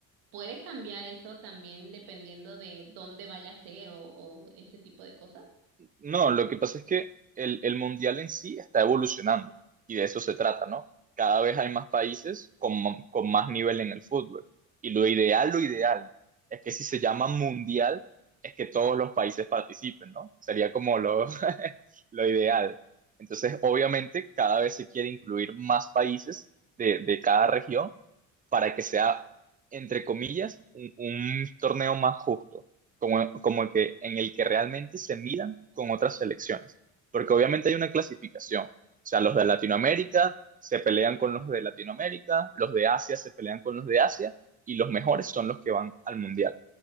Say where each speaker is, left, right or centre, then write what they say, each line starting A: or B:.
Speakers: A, on the right; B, on the right.
A: puede cambiar eso también dependiendo de dónde vaya a ser o, o ese tipo de cosas.
B: No, lo que pasa es que el, el mundial en sí está evolucionando y de eso se trata, ¿no? Cada vez hay más países con, ma- con más nivel en el fútbol. Y lo ideal, lo ideal, es que si se llama mundial, es que todos los países participen, ¿no? Sería como lo, <laughs> lo ideal. Entonces, obviamente, cada vez se quiere incluir más países de, de cada región para que sea, entre comillas, un un torneo más justo como, como el que, en el que realmente se midan con otras selecciones, porque obviamente hay una clasificación, o sea, los de Latinoamérica se pelean con los de Latinoamérica, los de Asia se pelean con los de Asia y los mejores son los que van al Mundial.